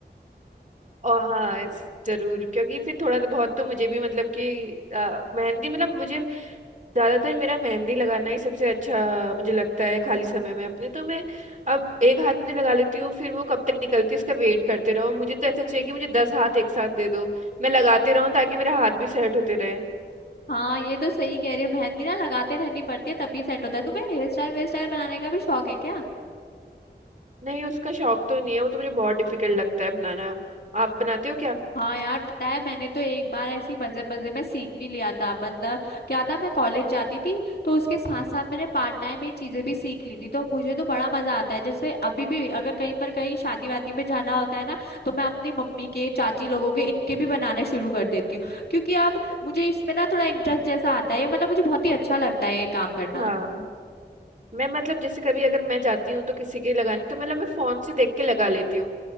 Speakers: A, on the right; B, on the left.
A: और हाँ इस- जरूर क्योंकि फिर थोड़ा तो बहुत तो मुझे भी मतलब कि आ, मेहंदी मतलब मुझे ज्यादातर मेरा मेहंदी लगाना ही सबसे अच्छा मुझे लगता है खाली समय में अपने तो मैं अब एक हाथ में तो लगा लेती हूँ फिर वो कब तक निकलती है उसका वेट करते रहो मुझे तो ऐसा चाहिए कि मुझे दस हाथ एक साथ दे दो मैं लगाते रहूँ ताकि मेरा हाथ भी सेट होते रहे
B: हाँ ये तो सही कह रही है मेहंदी ना लगाते रहनी पड़ती है तभी सेट होता है तुम्हें हेयर स्टाइल वेयर स्टाइल बनाने का भी शौक है क्या
A: नहीं उसका शौक तो नहीं है वो तो मुझे बहुत डिफिकल्ट लगता है बनाना आप बनाते हो क्या
B: हाँ यार पता है मैंने तो एक बार ऐसी मजे मजे में सीख भी लिया था मतलब क्या था मैं कॉलेज जाती थी तो उसके साथ साथ मैंने पार्ट टाइम ये चीजें भी सीख ली थी तो मुझे तो बड़ा मजा आता है जैसे अभी भी अगर कहीं पर कहीं शादी वादी में जाना होता है ना तो मैं अपनी मम्मी के चाची लोगों के इनके भी बनाना शुरू कर देती हूँ क्योंकि अब मुझे इसमें ना थोड़ा इंटरेस्ट जैसा आता है ये मतलब मुझे बहुत ही अच्छा लगता है ये काम करना
A: हाँ मैं मतलब जैसे कभी अगर मैं जाती हूँ तो किसी के लगाने तो मतलब मैं फोन से देख के लगा लेती हूँ